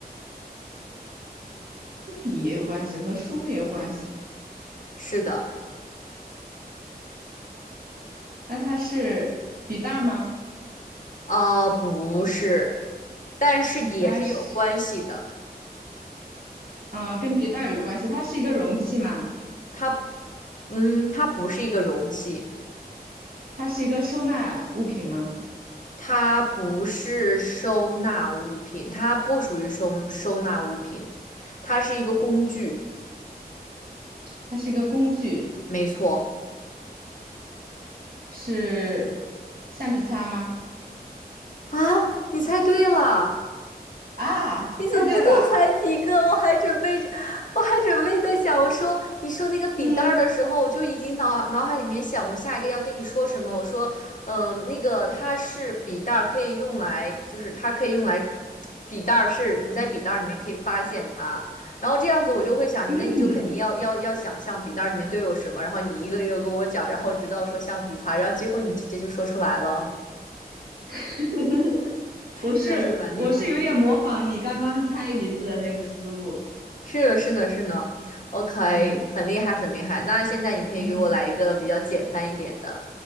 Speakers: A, on the right; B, on the left.
A: 和笔也有关系，和书也有关系。
B: 是的。
A: 那它是笔袋儿吗？
B: 呃，不是，但是也是有关系的。
A: 那是，嗯、跟笔袋儿有关系。它是一个容器吗？
B: 它，嗯，它不是一个容器，
A: 它是一个收纳物品吗？
B: 它不是收纳物品，它不属于收收纳物品，它是一个工具，
A: 它是一个工具。
B: 没错。
A: 是橡皮擦吗？
B: 啊，你猜对了。
A: 啊，
B: 你怎么不多裁几个？
A: 猜对了，
B: 我还准备，我还准备在想，我说你说那个笔袋儿的时候，
A: 嗯
B: 我就已经脑脑海里面想我下一个要跟你说什么。我说，呃，那个它是笔袋儿，可以用来，就是它可以用来，笔袋儿是你在笔袋儿里面可以发现它。然后这样子我就会想，
A: 嗯，
B: 你那你就肯定要要要想象笔袋儿里面都有什么，然后你一个一个跟我讲，然后直到说橡皮擦，然后结果你直接就说出来了，
A: <laughs> 我是我是有点模仿你刚刚猜椅子的那个思路。
B: 真的是蛮厉害。是的，是的，是的，OK，
A: 嗯
B: 很厉害，很厉害。那现在你可以给我来一个比较简单一点的，
A: 嗯，